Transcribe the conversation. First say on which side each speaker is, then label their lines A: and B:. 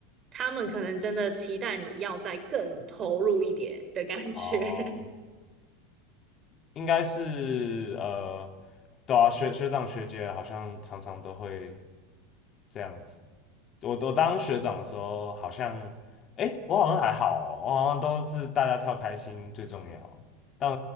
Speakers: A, on the right; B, on the left.
A: 他们可能真的期待你要再更投入一点的感觉。
B: 哦，应该是呃，对啊，学学长学姐好像常常都会这样子。我我当学长的时候，好像，诶，我好像还好哦，我好像都是大家跳开心最重要。但